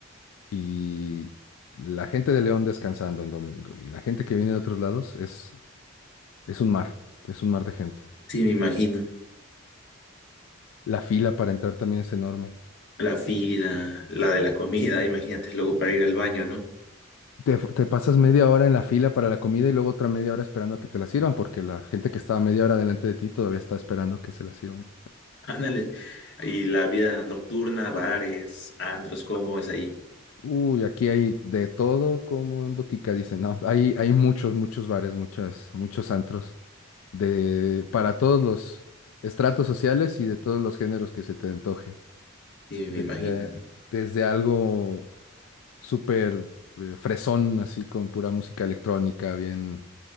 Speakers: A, on the left; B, on the left.
A: Y la gente de León descansando en domingo y la gente que viene de otros lados es, es un mar, es un mar de gente.
B: Sí, me imagino.
A: La fila para entrar también es enorme.
B: La fila, la de la comida, imagínate, luego para ir al baño, ¿no?
A: Te, fu- te pasas media hora en la fila para la comida y luego otra media hora esperando a que te la sirvan, porque la gente que estaba media hora delante de ti todavía está esperando que se la sirvan.
B: <laughs> Ándale. Y la vida nocturna, bares, antros, ¿cómo es ahí?
A: Uy, aquí hay de todo como en botica, dicen. No, hay, hay muchos, muchos bares, muchas, muchos antros, de, para todos los estratos sociales y de todos los géneros que se te antoje.
B: Sí, me
A: Desde,
B: imagino, ¿no?
A: desde algo súper eh, fresón, así con pura música electrónica, bien